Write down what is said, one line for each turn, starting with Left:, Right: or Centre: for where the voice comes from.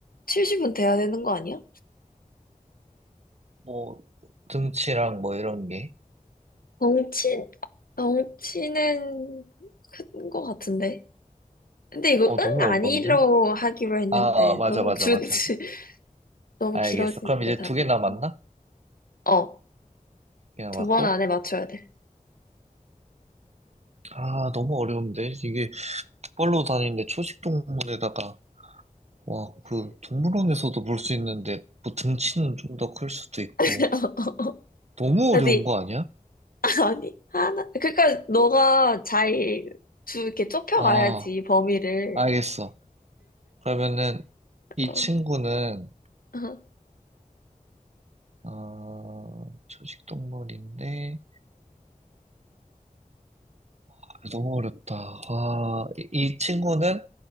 Left: 170은 돼야 되는 거 아니야?
Right: 뭐, 등치랑 뭐 이런 게.
Left: 덩치, 덩치는 큰 거 같은데. 근데 이거
Right: 어, 너무
Left: 응 아니로
Right: 어려운데?
Left: 하기로 했는데
Right: 아, 아, 맞아,
Left: 너무
Right: 맞아,
Left: 주
Right: 맞아.
Left: <laughs> 너무
Right: 알겠어.
Left: 길어지는데
Right: 그럼 이제
Left: 답이
Right: 두 개 남았나? 두
Left: 어
Right: 개 남았고.
Left: 두 번 안에 맞춰야 돼
Right: 아, 너무 어려운데? 이게 투발로 다니는데 초식동물에다가, 와, 그, 동물원에서도 볼 수 있는데, 뭐 등치는 좀 더 클 수도 있고.
Left: <laughs>
Right: 너무
Left: 아니
Right: 어려운 거 아니야?
Left: 아니 하나 그러니까 너가 잘 주 이렇게 좁혀가야지
Right: 아,
Left: 범위를
Right: 알겠어. 그러면은, 이
Left: 어,
Right: 친구는,
Left: 어.
Right: 어, 초식동물인데, 아, 너무 어렵다. 와, 이, 이 친구는